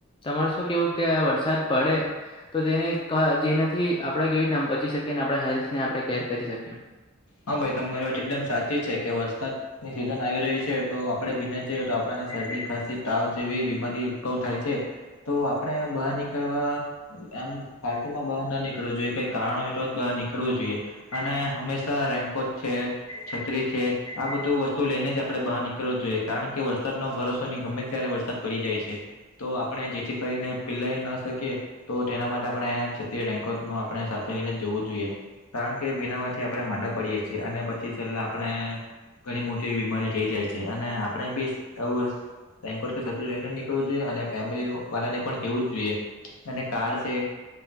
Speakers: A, on the left; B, on the left.
A: તમારે શું કેવું કે આ વરસાદ પડે તો તેને ક જેનાથી આપડે કેવી રીતના આમ બચી શકીએ ને આપડા હેલ્થને આપડે કેર કરી શકીએ.
B: હા ભાઈ તમારી વાત એકદમ સાચી છે કે વરસાદ ની સિઝન આવી રહી છે તો આપડે ભીને જઈએ તો આપણને શરદી ખાંસી તાવ જેવી બીમારી ઉદભવ થાય છે. તો આપડે બહાર નીકળવા એમ ફાલતુમાં બહાર ન નીકળવું જોઈએ કઈ કારણ હોય તો જ બહાર નીકળવું જોઈએ અને હંમેશ રેન્કો છે છત્રી છે આ બધું વસ્તુ લઈને જ આપડે બહાર નીકળવું જોઈએ કારણ કે વરસાદ નો ભરોસો ની ગમે ત્યારે વરસાદ પડી જાય છે. તો આપડે જેથી કરીને પીલાઈ ન શકીએ તો તેના માટે આપણે છત્રી રેઇનકોટ નું આપણે સાથે લઈને જવું જોઈએ કારણ કે ભીનામાંથી પડે માંડ પડીએ છીએ અને પછી છેલ્લા આપણે ઘણી મોટી એવી બીમારી થઈ જાય છે અને આપણે બી એવું રેઇનકોટ કે છત્રી લઈને નીકળવું જોઈએ અને ફેમિલી વાલાને પણ કેવું જ જોઈએ અને કાર સે